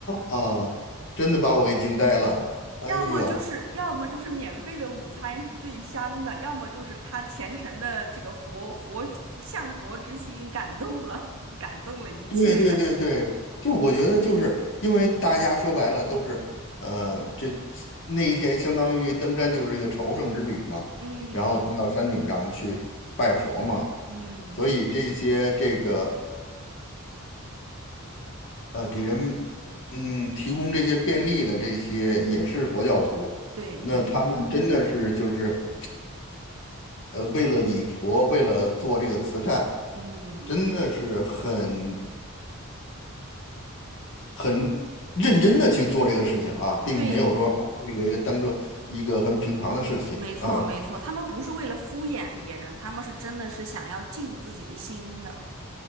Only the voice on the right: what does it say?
要么就是要么就是免费的午餐是最香的，要么就是他虔诚的这个佛佛佛向佛之心感动了，<laughs> 感动了一切人，
嗯
嗯，
对对对对。
嗯，
对，没错没错，
他们不是为了敷衍别人，他们是真的是想要尽自己的心的。